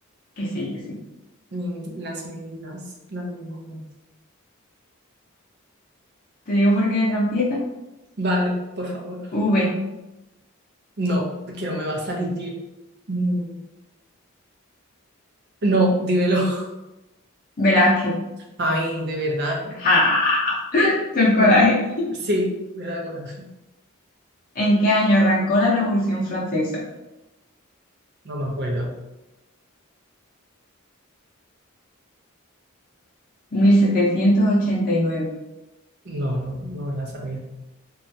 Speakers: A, on the left (about 40°); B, on the right (about 50°).
A: Que sí, que sí.
B: Mm, las meninas, las meninas.
A: Te digo por qué de trampieza.
B: Vale, por favor.
A: V.
B: No, es que no me va a salir, tío. Mm, no, dímelo. <laughs>
A: Velázquez.
B: Ay, de verdad, ¿eh?
A: ¡Ja! Todo el coraje.
B: Bueno, sí, me da coraje.
A: ¿En qué año arrancó la Revolución Francesa?
B: No me acuerdo.
A: 1789.
B: No, no, no me la sabía.